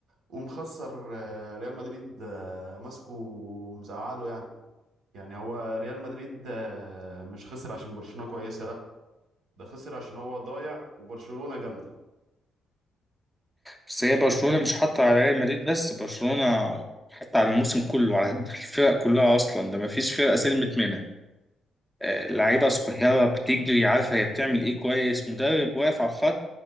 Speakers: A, on the right; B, in the centre.
A: ومخسر آه، ريال مدريد آه، ماسكه ومزعله يعني يعني هو ريال مدريد آه، مش خسر عشان برشلونة كويسة لا ده خسر عشان هو ضايع وبرشلونة جامدة
B: بس هي برشلونة مش حاطة على ريال مدريد بس برشلونة حتى على الموسم كله على الفرق كلها أصلا ده مفيش فرقة سلمت منها آه، لعيبة صغيرة بتجري عارفة هي بتعمل إيه كويس مدرب واقف على الخط